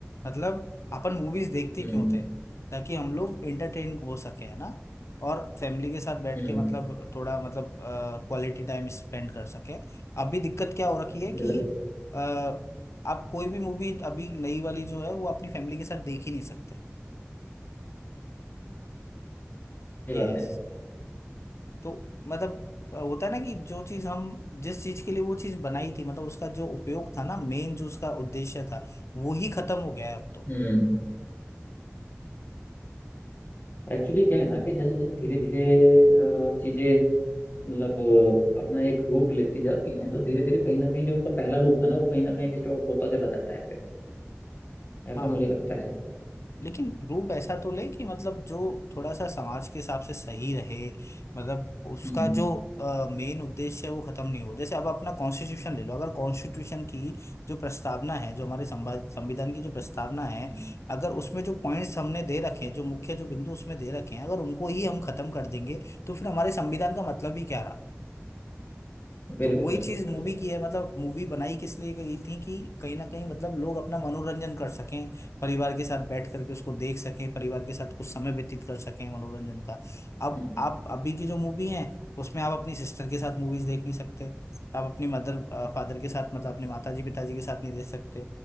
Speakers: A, on the left; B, on the left.
A: मतलब अपन मूवीज देखते
B: हम्म
A: क्यों थे ताकि हम लोग एंटरटेन हो सके है ना और फैमिली के साथ बैठ
B: हम्म
A: के मतलब थोड़ा मतलब क्वालिटी टाइम स्पेंड कर सके अभी दिक्कत क्या हो रखी है
B: बिल्कुल
A: कि अ, आप कोई भी मूवी अभी नई वाली जो है वो अपनी फैमिली के साथ देख ही नहीं सकते
B: सही
A: ये
B: बात
A: है
B: है
A: तो मतलब अ, होता है ना कि जो चीज हम जिस चीज के लिए वो चीज बनाई थी मतलब उसका जो उपयोग था ना मेन जो उसका उद्देश्य था वो ही खत्म हो गया है अब तो
B: हम्म एक्चुअली क्या है ना कि जैसे जैसे धीरे धीरे चीजें मतलब अ, अपना एक रूप लेती जाती हैं तो धीरे धीरे कहीं ना कहीं जो उनका पहला रूप था ना वो कहीं ना कहीं डिस्टॉर्ट होता चला जाता है फिर ऐसा
A: हाँ
B: मुझे लगता है
A: लेकिन रूप ऐसा
B: है ना?
A: तो ले कि मतलब जो थोड़ा सा समाज के हिसाब से सही रहे मतलब उसका
B: हम्म
A: जो मेन उद्देश्य है वो खत्म नहीं हो जैसे अब अपना कॉन्स्टिट्यूशन ले लो अगर कॉन्स्टिट्यूशन की जो प्रस्तावना है जो हमारे संवा- संविधान की जो प्रस्तावना है
B: हम्म,
A: अगर उसमें जो पॉइंट्स हमने दे रखे हैं जो मुख्य जो बिंदु उसमें दे रखे हैं अगर उनको ही हम खत्म कर देंगे तो फिर हमारे संविधान का मतलब ही क्या रहा
B: बिल्कुल
A: तो वही
B: बिल्कुल
A: चीज मूवी
B: बिल्कुल
A: की है मतलब मूवी बनाई किस लिए गई थी कि कहीं ना कहीं मतलब लोग अपना मनोरंजन कर सकें परिवार के साथ बैठ करके उसको देख सकें परिवार के साथ कुछ समय व्यतीत कर सकें मनोरंजन का अब
B: हम्म
A: आप अभी की जो मूवी है उसमें आप अपनी सिस्टर के साथ मूवीज देख नहीं सकते आप अपनी मदर फादर के साथ मतलब अपने माताजी पिताजी के साथ नहीं देख सकते